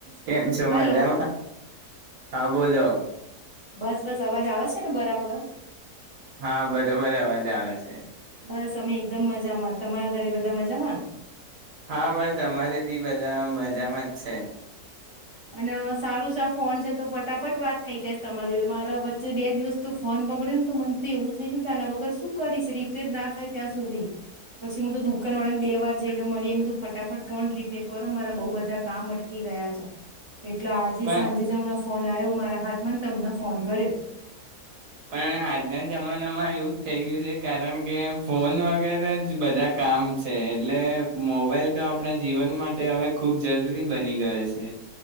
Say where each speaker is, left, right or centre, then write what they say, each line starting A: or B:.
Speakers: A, on the right; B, on the right.
A: કેમ છો
B: હલો
A: મજામાં હા બોલો
B: બસ બસ અવાજ આવે છે ને બરાબર
A: હા બરોબર અવાજ આવે છે
B: બસ અમે એકદમ મજામાં તમારા ઘરે બધા મજામાં
A: હા બસ અમારે બી બધા મજામાં જ છે
B: અને સારું સા ફોન છે તો ફટાફટ વાત થઇ જાયશ તમારી જોડે મારા વચ્ચે બે દિવસ તો ફોન બગડ્યો ને તો મન તો એવું થઈ જતું ને વગર શું કરીશ રિપેર ના થાય ત્યાં સુધી પછી મું તો દુકાન વાળા ને બે વાર જઈને મળીએધું ફટાફટ ફોન રિપેર કરો મારા બઉ બધા કામ અટકી ગયા છે એટલે આજે
A: પણ
B: સાંજે જ હમણાં ફોન આવ્યો મારા હાથમાં તમને ફોન કર્યો
A: પણ આજના જમાનામાં એુંજ થઈ ગયું છે કારણ કે ફોન વગેરે જ બધા કામ છે એટલે મોબાઈલ તો આપણા જીવન માટે હવે ખૂબ જરૂરી બની ગયો છે